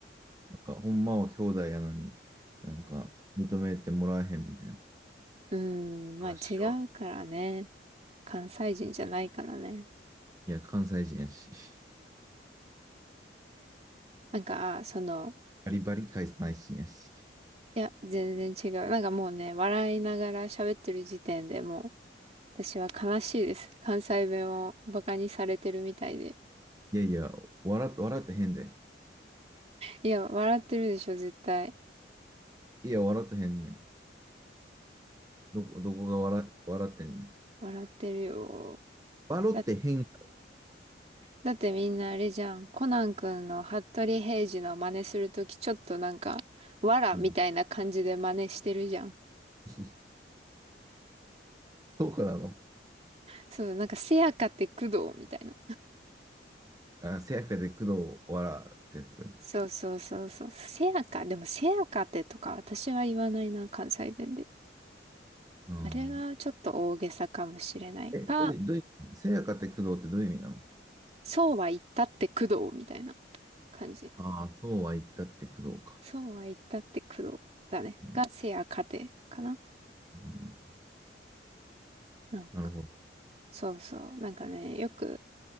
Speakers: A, on the right; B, on the right.
A: なんか、ほんまは兄弟やのに、なんか、認めてもらえへんみたいな
B: うん、まあ違うからね。
A: 話は。
B: 関西人じゃないからね。
A: いや、関西人やし。<laughs>
B: なんか、あその、
A: バリバリ関西人やし。
B: いや、全然違う。なんかもうね、笑いながら喋ってる時点でもう、私は悲しいです。関西弁をバカにされてるみたいで。
A: いやいや、笑っ笑ってへんで。
B: いや、笑ってるでしょ、絶対。
A: いや、笑ってへんねん。どこどこが笑笑ってんねん。
B: 笑ってるよ。
A: 笑ってへん。
B: だ、だってみんなあれじゃん。コナン君の服部平次の真似するとき、ちょっとなんか、わらみたいな感じで真似してるじゃん。
A: うん <laughs> そうかなの
B: そう、なんか、せやかって工藤みたいな。
A: あ、せやかで工藤笑ってやつ。
B: そうそうそうそう。せやか、でもせやかってとか私は言わないな、関西弁で。
A: うん。
B: あれはちょっと大げさかもしれないか、
A: え、どういう、どういう、せやかって工藤ってどういう意味なの
B: そうは言ったって工藤みたいな感じ。
A: ああ、そうは言ったって工藤か。
B: そうは言ったって工藤だね。
A: うん
B: がせやかてかな。
A: うん、
B: うん
A: なるほど。
B: そうそう。なんかね、よく、